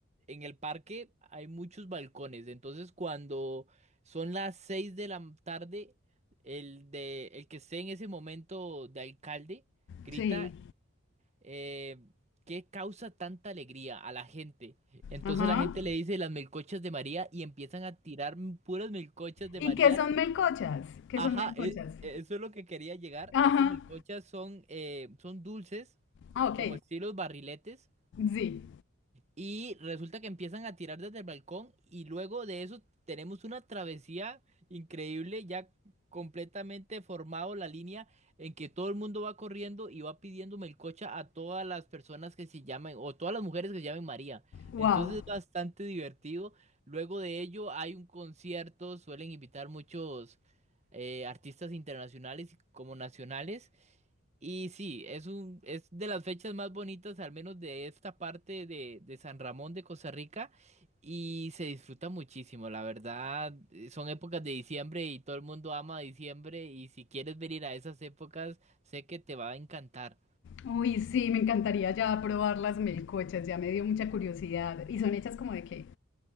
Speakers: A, on the right; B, on the left.
A: en el parque hay muchos balcones, entonces cuando son las 6 de la tarde, el de el que esté en ese momento de alcalde grita
B: sí,
A: eh, ¿qué causa tanta alegría a la gente? Entonces
B: ajá.
A: la gente le dice las melcochas de María y empiezan a tirar puras melcochas de
B: ¿Y
A: María.
B: qué son melcochas? ¿Qué
A: Ajá,
B: son melcochas?
A: e- e, eso es lo que quería llegar.
B: Ajá.
A: Esas melcochas son, eh, son dulces,
B: Ah, ok.
A: como estilos barriletes
B: Sí.
A: y resulta que empiezan a tirar desde el balcón y luego de eso tenemos una travesía increíble, ya completamente formado la línea en que todo el mundo va corriendo y va pidiendo melcocha a todas las personas que se llamen o todas las mujeres que se llamen María.
B: Wow.
A: Entonces es bastante divertido. Luego de ello hay un concierto, suelen invitar muchos eh, artistas internacionales como nacionales. Y sí, es un, es de las fechas más bonitas, al menos de esta parte de, de San Ramón de Costa Rica, y se disfruta muchísimo, la verdad, eh, son épocas de diciembre y todo el mundo ama diciembre, y si quieres venir a esas épocas, sé que te va a encantar.
B: Uy, sí, me encantaría ya probar las melcochas, ya me dio mucha curiosidad. ¿Y son hechas como de qué?